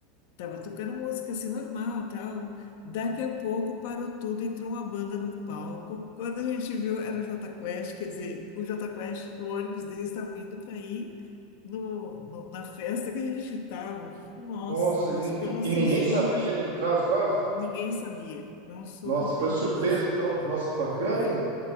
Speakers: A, on the left (about 60°); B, on the right (about 70°).
A: Tava tocando música assim normal, tal. Daqui a pouco parou tudo, entrou uma banda no palco. Quando a gente viu, era o Jota Quest, quer dizer, o Jota Quest, o ônibus deles estava indo para ir no, no- na festa que a gente estava. Nossa,
B: Nossa,
A: nós
B: e, ni-
A: ficamos
B: e e ninguém
A: assim super,
B: sabia ali no caso, quase.
A: ninguém sabia. Ficamos super
B: Nossa,
A: felizes.
B: foi surpresa então. Nossa, que bacana,
A: Foi.
B: hein?